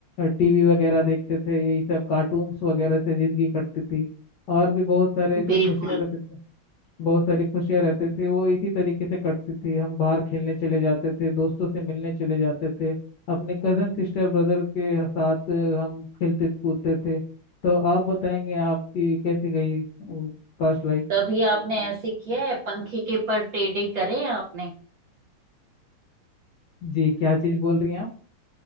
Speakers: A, on the left (about 70°); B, on the right (about 75°).
A: टीवी वगैरह देखते थे यही सब कार्टून्स वगैरह से जिंदगी कटती थी और भी बहुत सारे जो
B: बिल्कुल
A: खुशियाँ रहते थे बहुत सारी खुशियाँ रहते थे वो इसी तरीके से कटती थी हम बाहर खेलने चले जाते थे दोस्तों से मिलने चले जाते थे अपने कजन सिस्टर ब्रदर के साथ हम खेलते कूदते थे तो आप बताएंगे आपकी कैसी गई पास्ट लाइफ
B: कभी आपने ऐसे किया है पंखे के पर टेढ़े करे आपने
A: जी क्या चीज़ बोल रही हैं आप